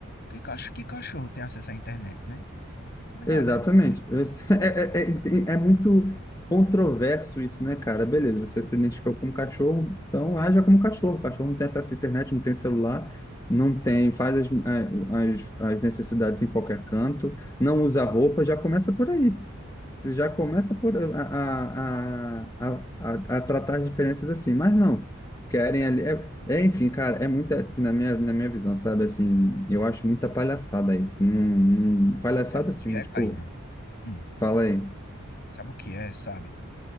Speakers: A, on the left (about 50°); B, on the left (about 15°).
A: Que, cacho- que cachorro tem acesso à internet, né? Tá ligado?
B: Exatamente.
A: É.
B: Eu- <laughs>
A: Pô,
B: É, é, é, é muito controverso isso, né, cara? Beleza, você se identificou como cachorro, então haja como cachorro. O cachorro não tem acesso à internet, não tem celular, não tem, faz as, as, as necessidades em qualquer canto, não usa roupa, já começa por aí. Já começa por a, a, a, a, a a tratar as diferenças assim, mas não. Querem ali. É, é, enfim, cara, é muita, na minha, na minha visão, sabe? Assim, eu acho muita palhaçada isso. Não, não- palhaçada
A: sabe o
B: assim,
A: que
B: né?
A: é,
B: Tipo,
A: Kainan? Hum,
B: Falei.
A: sabe o que é, sabe?